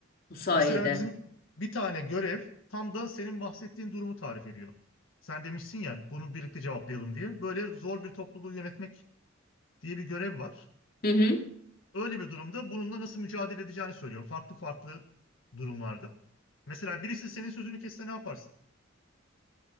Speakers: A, on the left; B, on the left.
A: bu sayede.
B: Mesela bizim bir tane görev tam da senin bahsettiğin durumu tarif ediyor. Sen demişsin ya bunu birlikte cevaplayalım diye. Böyle zor bir topluluğu yönetmek diye bir görev var.
A: Hı hı.
B: Öyle bir durumda bununla nasıl mücadele edeceğini söylüyor. Farklı farklı durumlarda. Mesela birisi senin sözünü kesse ne yaparsın?